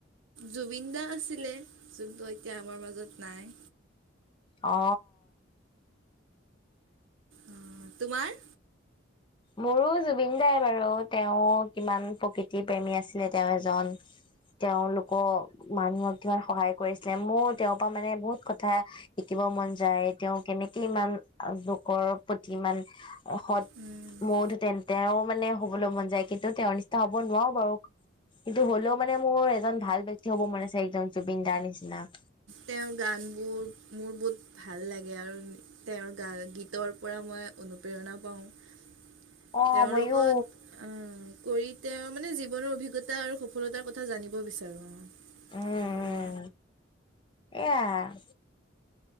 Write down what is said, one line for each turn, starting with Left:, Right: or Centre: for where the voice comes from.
Right: জুবিন দা আছিলে যোনটো এতিয়া আমাৰ মাজত নাই।
Left: অ।
Right: অঁ, তোমাৰ-
Left: মোৰো জুবিন দাই বাৰু তেওঁ কিমান প্ৰকৃতি প্ৰেমী আছিলে তেওঁ এজন- তেওঁলোকৰ মানুহক কিমান সহায় কৰিছিলে মোৰ তেওঁৰ পৰা মানে বহুত কথা- শিকিব মন যায় তেওঁ কেনেকে ইমান লোকৰ প্ৰতি ইমান সৎ-
Right: উম,
Left: মোৰতো তেন্তে তেওঁ মানে হ'বলৈ মন যায় কিন্তু তেওঁৰ নিচিনা হ'ব নোৱাৰো বাৰু- কিন্তু হ'লেও মানে মোৰ এজন ভাল ব্যক্তি হ'ব মন আছে একদম জুবিন দাৰ নিচিনা।
Right: তেওঁৰ গানবোৰ মোৰ বহুত ভাল লাগে আৰু- তেওঁৰ গা গীতৰ পৰা মই অনুপ্ৰেৰণা পাওঁ-
Left: অ',
Right: তেওঁৰ
Left: ময়ো
Right: লগত- অ কৰি তেওঁ মানে জীৱনৰ অভিজ্ঞতা আৰু সফলতাৰ কথা জানিব বিচাৰো অ-
Left: উম, উম,
Right: তেওঁদৰে-
Left: এয়া-